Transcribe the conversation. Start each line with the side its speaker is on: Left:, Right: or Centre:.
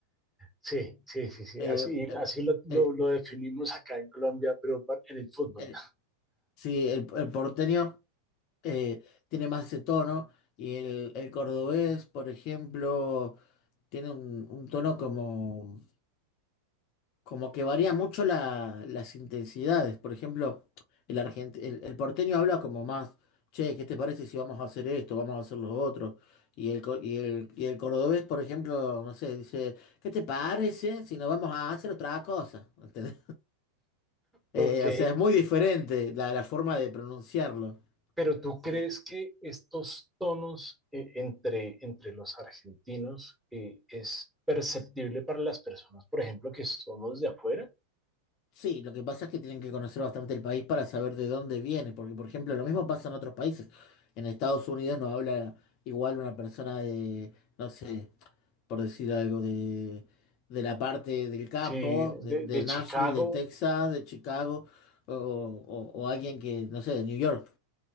Centre: Sí, sí, sí, sí,
Left: Eh,
Centre: así, así lo, lo,
Left: eh,
Centre: lo definimos acá en Colombia, pero en el fútbol.
Left: eh, sí, el, el porteño eh, tiene más ese tono y el, el cordobés, por ejemplo, tiene un, un tono como como que varía mucho la- las intensidades. Por ejemplo, el, argent- el, el porteño habla como más, che, ¿qué te parece si vamos a hacer esto, vamos a hacer lo otro? Y el, co- y el, y el cordobés, por ejemplo, no sé, dice, ¿qué te parece si nos vamos a hacer otra cosa? <laughs> ¿Entendés? Eh,
Centre: Ok,
Left: o sea, es muy diferente la, la forma de pronunciarlo.
Centre: Pero tú crees
Left: Eh,
Centre: que estos tonos eh, entre, entre los argentinos eh, es perceptible para las personas, por ejemplo, que somos de afuera?
Left: Sí, lo que pasa es que tienen que conocer bastante el país para saber de dónde viene, porque por ejemplo lo mismo pasa en otros países. En Estados Unidos no habla igual una persona de, no sé, por decir algo, de, de la parte del campo,
Centre: Sí, de,
Left: de, de
Centre: de
Left: Nashville,
Centre: Chicago,
Left: de Texas, de Chicago, o, o- o alguien que, no sé, de New York.